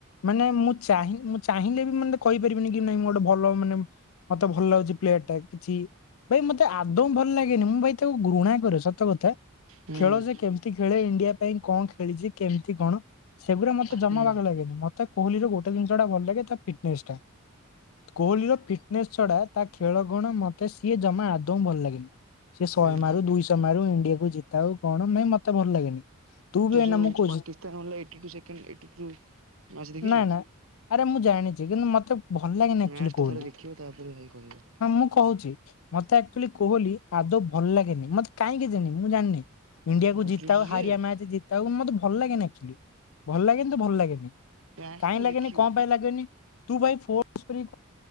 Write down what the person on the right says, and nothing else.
ହୁଁ
ଉଁ
ହୁଁ
ସେ
ଯେଉଁ
ପାକିସ୍ତାନ ହେଲା eighty two second eighty two match ଦେଖିଚ?
ସେ
ମ୍ୟାଚ୍
ଟା ଥରେ ଦେଖିବ ତାପରେ ଭାଇ କହିବ
ବୁଝୁଛି
ଯେ
ମ୍ୟାଚ୍
ଟା
ଦେଖିବ